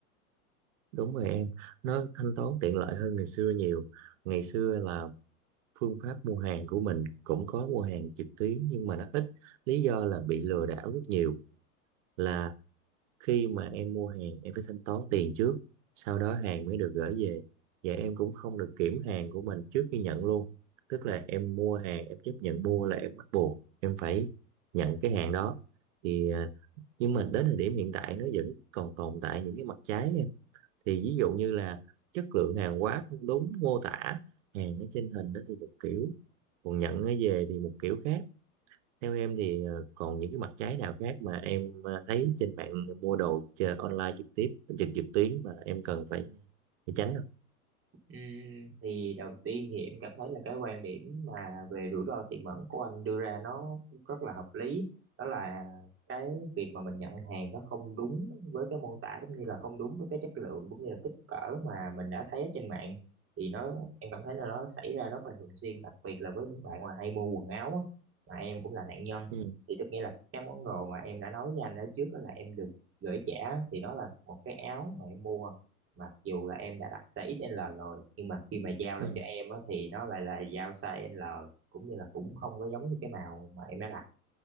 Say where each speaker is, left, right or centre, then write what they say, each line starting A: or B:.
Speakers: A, on the right; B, on the right.
A: Đúng rồi em, nó thanh toán tiện lợi hơn ngày xưa nhiều. Ngày xưa là phương pháp mua hàng của mình cũng có mua hàng trực tuyến nhưng mà nó ít. Lý do là bị lừa đảo rất nhiều. Là khi mà em mua hàng em phải thanh toán tiền trước, sau đó hàng mới được gửi về. Và em cũng không được kiểm hàng của mình trước khi nhận luôn. Tức là em mua hàng, em chấp nhận mua là em bắt buộc em phải nhận cái hàng đó. Thì à, nhưng mà đến thời điểm hiện tại nó vẫn còn tồn tại những cái mặt trái thì ví dụ như là chất lượng hàng hóa không đúng mô tả hàng ở trên hình đó thì một kiểu còn nhận nó về thì một kiểu khác theo em thì ờ, còn những cái mặt trái nào khác mà em ờ, thấy trên mạng mua đồ chờ online trực tiếp trực trực tuyến mà em cần phải phải tránh không
B: Ừm, thì đầu tiên thì em cảm thấy là cái quan điểm mà về rủi ro tiềm ẩn của anh đưa ra nó rất là hợp lý đó là cái việc mà mình nhận hàng nó không đúng với cái mô tả cũng như là không đúng với cái chất lượng cũng như là kích cỡ mà mình đã thấy ở trên mạng thì nó em cảm thấy là nó xảy ra rất là thường xuyên đặc biệt là với những bạn mà hay mua quần áo á, mà em cũng là nạn nhân
A: ừ,
B: thì tức nghĩa là cái món đồ mà em đã nói với anh ở trước đó là em được gửi trả thì nó là một cái áo mà em mua mặc dù là em đã đặt size XL rồi nhưng mà khi mà giao
A: ừ,
B: lại cho em á thì nó lại là giao size L cũng như là cũng không có giống như cái nào mà em đã đặt